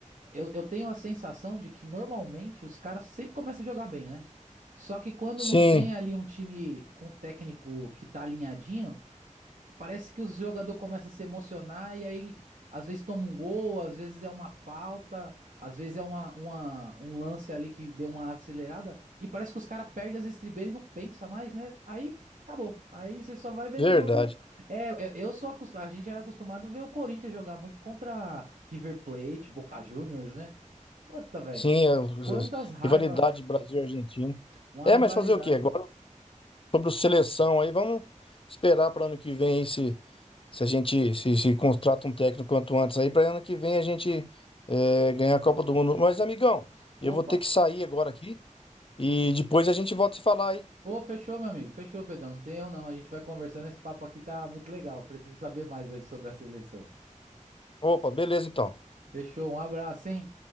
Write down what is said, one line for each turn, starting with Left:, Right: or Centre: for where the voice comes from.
Right: eu, eu tenho a sensação de que normalmente os caras sempre começam a jogar bem, né? Só que quando
Left: Sim,
Right: não tem ali um time com técnico que tá alinhadinho, Parece que o jogador começa a se emocionar e aí às vezes toma um gol, às vezes é uma falta, às vezes é uma, uma- um lance ali que deu uma acelerada e parece que os caras perdem as estribeiras e não pensa mais, né? Aí acabou. Aí você só vai ver
Left: verdade.
Right: no jogo. É, é, eu sou acostumado, a gente era acostumado a ver o Corinthians jogar muito contra River Plate, Boca Juniors, né? Puta, velho.
Left: Sim, a
Right: Quantas raiva,
Left: rivalidade Brasil-Argentina.
Right: uma
Left: É,
Right: rivalidade.
Left: mas fazer o quê? Agora. sobre o seleção aí. Vamos esperar para ano que vem aí se, se a gente se, se contrata um técnico quanto antes aí, para ano que vem a gente é, ganhar a Copa do Mundo. Mas, amigão,
Right: Opa.
Left: eu vou ter que sair agora aqui e depois a gente volta a se falar aí.
Right: Ô, fechou, meu amigo. Fechou, Pedrão. Não tem erro, não. A gente vai conversando. Esse papo aqui tá muito legal. Preciso saber mais aí sobre a seleção.
Left: Opa, beleza então.
Right: Fechou. Um abraço, hein?